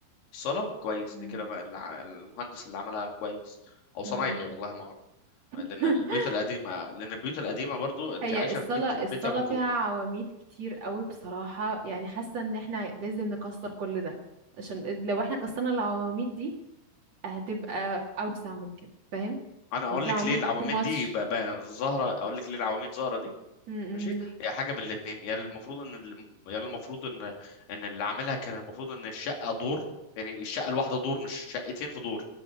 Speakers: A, on the left; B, on the right.
A: الصاله كويس
B: مم.
A: دي كده بقى الع- المهندس اللي عملها كويس او صنايعي
B: مم.
A: والله ما اعرف
B: <laughs>
A: لان البيوت القديمه لان البيوت القديمه برضو انت
B: هي
A: عايشه
B: الصلاة
A: في بيت بيت
B: الصلاة
A: ابوكو
B: فيها عواميد كتير قوي بصراحة يعني حاسة ان احنا لازم نكسر كل ده عشان إد- لو احنا كسرنا العواميد دي هتبقى في اوسع من كده فاهم
A: انا اقول
B: يعني في
A: لك
B: عواميد
A: ليه العواميد
B: too much
A: دي ب- ب- ظاهره اقول لك ليه العواميد ظاهره دي
B: امم
A: ماشي
B: ليه
A: هي حاجه من الاثنين يا المفروض ان ال- يا المفروض ان ان اللي عاملها كان المفروض ان الشقه دور يعني الشقه الواحده دور مش شقتين في دور